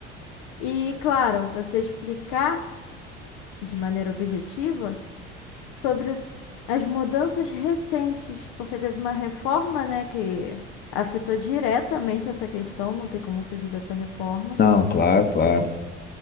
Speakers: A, on the left (about 55°); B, on the left (about 30°).
A: E, claro, você explicar de maneira objetiva sobre o- as mudanças recentes, porque teve uma reforma, né, que afetou diretamente essa questão, não tem como fugir dessa reforma.
B: Não, claro, claro.